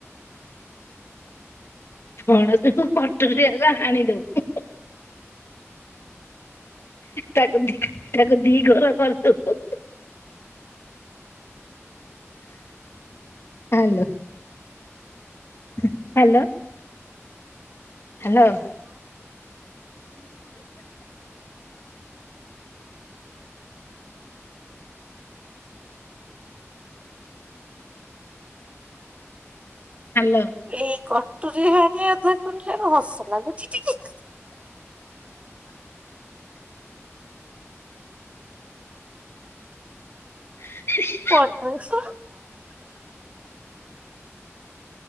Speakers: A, on the left; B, on the right.
A: ଫଣସକୁ କଟୁରୀରେ ହେଲା ହାଣିଦଉ। ତାକୁ ଦି ତାକୁ ଦି ଘର କରିଦବୁ। ଆଲୋ। ହ୍ୟାଲୋ। ହ୍ୟାଲୋ। ଆଲୋ।
B: ଏଇ କଟୁରୀ ରେ ହାଣିବା କଥା କହିଲାରୁ ହସ ଲାଗୁଛି ଟିକେ।
A: <inaudible>
B: ପଟରେ ସ